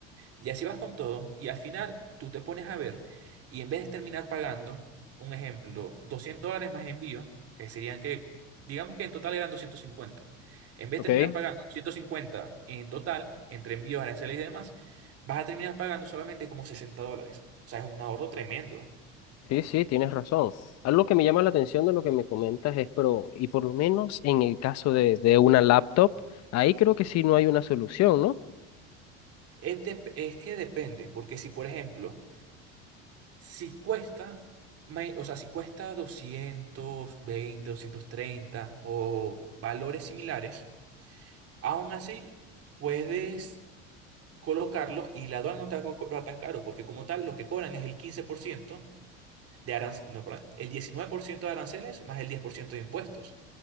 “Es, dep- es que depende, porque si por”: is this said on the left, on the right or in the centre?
Right